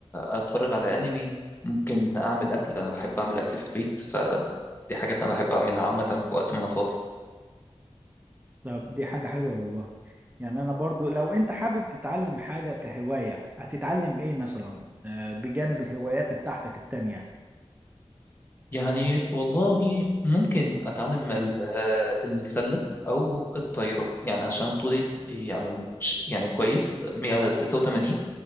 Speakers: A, on the left; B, on the right.
A: آه، اتفرج على انمي ممكن اعمل اكل انا بحب اعمل اكل في البيت فدي حاجات انا بحب اعملها عامه في وقت ما انا فاضي
B: طب دي حاجة حلوة والله يعني انا برضو لو انت حابب تتعلم حاجة كهواية هتتعلم ايه مثلا آه، بجانب الهوايات بتاعتك التانية
A: يعني والله ممكن اتعلم ال- آه، السله او الطايره يعني عشان طولي يعني مش- يعني كويس 186